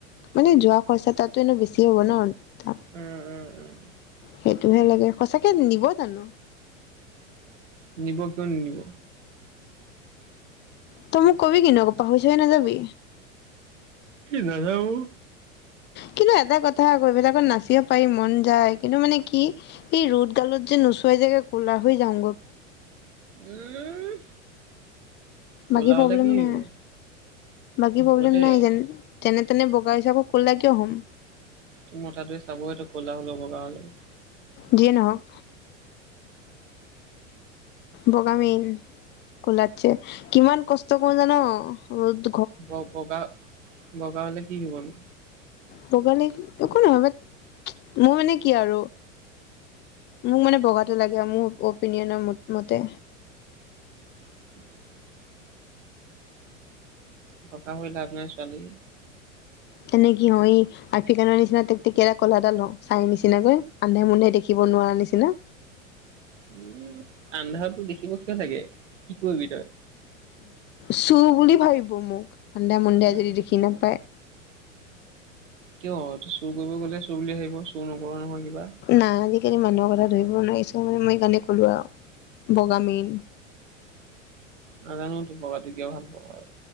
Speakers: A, on the left; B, on the right.
A: মানে যোৱা খৰচা তাতো এনে বেছি হ'ব ন তা
B: উম। উম উম।
A: সেইটোহে লাগে সঁচাকে নিব জানো?
B: নিব কিয় নিনিব?
A: তই মোক কবি কি নোক পাহৰিছে নাযাবি?
B: নাযাওঁ।
A: কিন্তু এটা কথা আকৌ এইবিলাকত নাচিব পাৰি মন যায় কিন্তু মানে কি এই ৰ'দ গালত যে নোচোৱাই জেগা ক'লা হৈ যাওঁ।
B: উম। ক'লা
A: বাকী
B: হ'লে
A: প্ৰব্লেম
B: কি
A: নাই,
B: হ'ব,
A: বাকী
B: হ'ব
A: প্ৰব্লেম
B: দে।
A: নাই যেন? যেনে তেনে বগা হৈছোঁ আকৌ ক'লা কিয় হ'ম?
B: টোৰ মতাটোৱে চাবেইটো ক'লা হলেও বগা হলেও।
A: যিয়েই নহওঁক। বগা মেইন কোলাটছে কিমান কষ্ট কৰো জানো ৰ'দোত
B: ব বগা বগা হলে কি হ'ব নো।
A: বগা হ'লে একো নহয় বাট মোৰ মানে কি আৰু মোক মানে বগাতে লাগে আৰু মোক। অপিনিয়নৰ মতে।
B: <unintelligible> বগা হৈ লাভ নাই ছোৱালী।
A: তেনে কি হয়। আফ্ৰিকান নিচিনা তিক তিকিয়া কলা দাল হও চাই নিচিনাকৈ আন্ধাই মুন্ধাই দেখিব নোৱাৰা নিচিনা।
B: উম আন্ধাৰতো দেখিব কিয় লাগে কি কৰিবি তই।
A: চুৰ বুলি ভাবিব মোক আন্ধাই মুন্ধাই
B: উম।
A: যদি দেখি নাপায়।
B: কিয় তু চুৰ কৰিব গ'লে চুৰ বুলি ভাবিব চুৰ নকৰ নহয় কিবা।
A: নাই আজিকালি মানুহৰ কথা ধৰিব নোৱাৰি চ মই মানে সেই কাৰণে কলো আও বগা মেইন।
B: নাজানো তোক কিয় ভাল পাওঁ আৰ